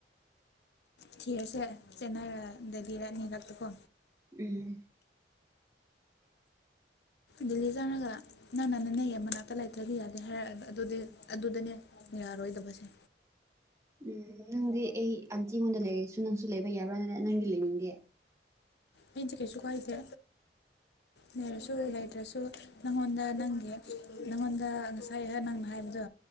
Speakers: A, on the left (about 65°); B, on the right (about 15°).
A: ꯊꯤꯁꯦ ꯆꯦꯟꯅꯔ ꯗꯦꯜꯂꯤꯔꯅꯤ ꯂꯥꯛꯛꯇꯀꯣ
B: ꯎꯝ
A: ꯗꯦꯜꯂꯤ ꯆꯪꯉꯒ ꯅꯪꯅ ꯅꯅꯦ ꯃꯅꯥꯛꯇ ꯂꯩꯥꯏꯇ꯭ꯔꯕꯤ ꯌꯥꯗꯦ ꯍꯥꯏꯔꯛ ꯑꯗꯨꯗꯤ ꯑꯗꯨꯗꯅꯦ ꯌꯥꯔꯣꯏꯗꯕꯁꯦ
B: ꯎꯝ ꯅꯪꯗꯤ ꯑꯩ ꯑꯟꯇꯤꯉꯣꯟꯗ ꯂꯩꯔꯁꯨ ꯅꯪꯁꯨ ꯂꯩꯕ ꯌꯥꯕ꯭ꯔꯥꯅꯤꯅ ꯅꯪꯗꯤ ꯂꯩꯅꯤꯡꯗꯦ
A: ꯑꯩꯁꯦ ꯀꯩꯁꯨ ꯀꯏꯁꯦ ꯂꯩꯔꯁꯨ ꯂꯩꯇ꯭ꯔꯁꯨ ꯅꯪꯉꯣꯟꯗ ꯅꯪꯒꯤ ꯅꯉꯣꯟꯗ ꯉꯁꯥꯏꯍ ꯅꯪꯅ ꯍꯥꯏꯕꯗꯣ